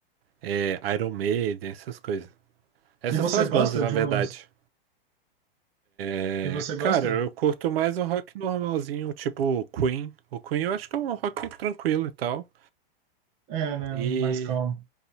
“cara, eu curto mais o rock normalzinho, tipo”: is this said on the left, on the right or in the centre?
Right